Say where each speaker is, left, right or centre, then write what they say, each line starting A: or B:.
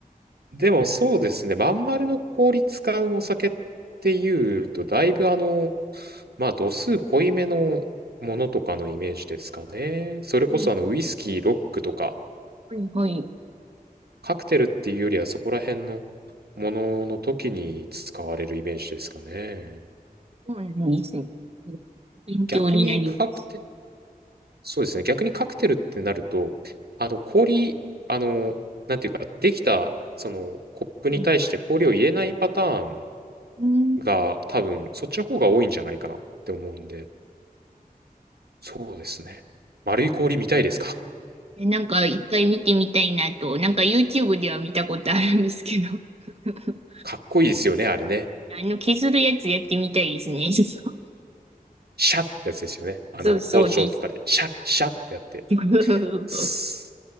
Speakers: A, on the right (about 85°); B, on the right (about 40°).
A: でもそうですね、まん丸の氷使うお酒っていうと、だいぶあの、まあ度数濃いめのものとかのイメージですかね。それこそあのウイスキー、
B: ええ
A: ロックとか、
B: はい、はい。
A: カクテルっていうよりはそこら辺のものの時に使われるイメージですかね。
B: そうなんですね。勉強になります。
A: 逆にカクテ、そうですね、逆にカクテルってなると、あの氷、あの、なんていうか、できたそのコップに対して氷を入れないパターン
B: はい。うん
A: が多分そっちの方が多いんじゃないかなって思うんで、そうですね。丸い氷見たいですか
B: いやなんか、一回見てみたいなと、なんか YouTube では見たことあるんですけど。<laughs>
A: かっこいいですよね、あれね。
B: あの、削るやつやってみたいですね。<laughs>
A: シャッってやつですよね。あの、
B: そうそうです。
A: 包丁とかで、シャッ、シャッってやって。
B: <laughs>
A: ス